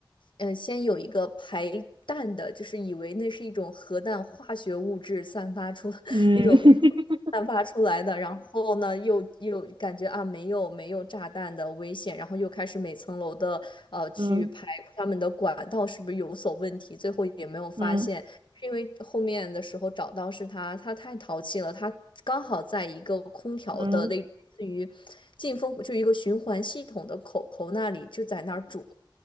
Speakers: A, on the left; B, on the right.
A: 嗯，先有一个排氮的，就是以为那是一种核弹化学物质散发出 <laughs>
B: 嗯
A: 一种一种散发出来的，
B: <laughs>
A: 然后呢，又又感觉啊没有没有炸弹的危险，然后又开始每层楼的呃去排他们的管道是不是有所问题，
B: 嗯
A: 最后也没有发现。
B: 嗯
A: 是因为后面的时候找到是他，他太淘气了，他刚好在一个空调的类似于进风，
B: 嗯，
A: 就一个循环系统的口口那里就在那儿煮，